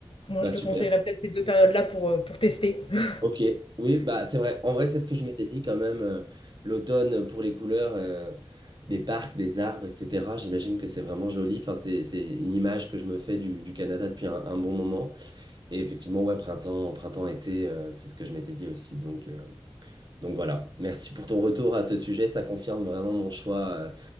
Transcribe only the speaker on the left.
moi
je
te conseillerais peut-être ces 2 périodes-là pour, heu, pour tester. <laughs>